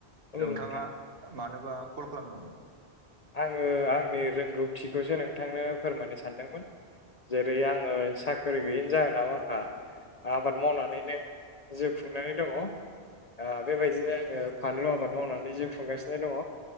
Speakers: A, on the left; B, on the right.
A: औ
B: नोंथांङा
A: नोंथां
B: मानोबा कल खालामदोंमोन?
A: आंङो आंनि रोंगौथिखौसो नोंथांनो फोरमायनो सानदोंमोन। जेरै आंङो साख्रि गैयिनि जाहोनाव आंहा आबाद मावनानैनो जिउ खुंनानै दंङ। ओ बेबायदिनो आंङो फानलु आबाद मावनानै जिउ खुंगासिनो दंङ